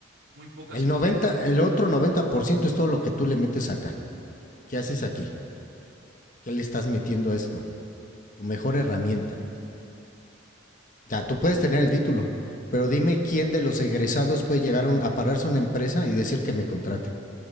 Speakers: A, on the right; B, on the left.
A: muy pocas
B: El
A: cosas.
B: 90, el otro 90% es todo lo que tú le metes acá. ¿Qué haces aquí? ¿Qué le estás metiendo a esto? Tu mejor herramienta. O sea, tú puedes tener el título, pero dime quién de los egresados puede llegar a pararse a una empresa y decir que me contraten.